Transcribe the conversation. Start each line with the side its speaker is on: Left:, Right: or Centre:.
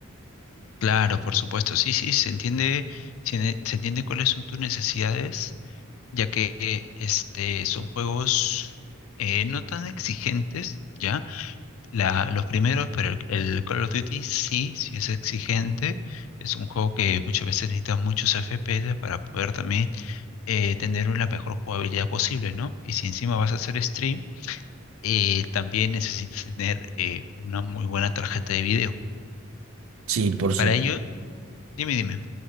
Left: Claro, por supuesto, sí, sí, se entiende, se, se entiende cuáles son tus necesidades ya que eh, este, son juegos eh, no tan exigentes, ¿ya? La, los primeros, pero el, el Call of Duty sí, sí es exigente. Es un juego que muchas veces necesita muchos FPS para poder también eh, tener la mejor jugabilidad posible, ¿no? Y si encima vas a hacer stream, eh, también necesitas tener eh, una muy buena tarjeta de video.
Right: Sí, por su...
Left: Para ello, dime, dime.